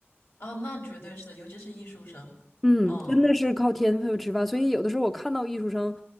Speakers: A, on the left (about 65°); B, in the centre.
A: 啊，那绝对是的，尤其是艺术生，
B: 嗯，
A: 嗯，
B: 真的是靠天赋吃饭，所以有的时候我看到艺术生，